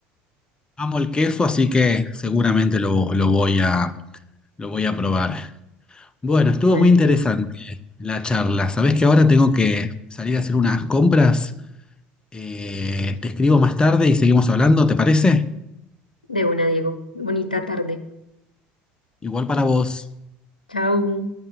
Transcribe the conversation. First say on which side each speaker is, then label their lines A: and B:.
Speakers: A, on the left; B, on the left.
A: Amo el queso, así que seguramente lo, lo voy a, lo voy a probar. Bueno, estuvo
B: Y bueno,
A: muy interesante la charla. Sabés que ahora tengo que salir a hacer unas compras. Eh, te escribo más tarde y seguimos hablando, ¿te parece?
B: de una, Diego. Bonita tarde.
A: Igual para vos.
B: Chao.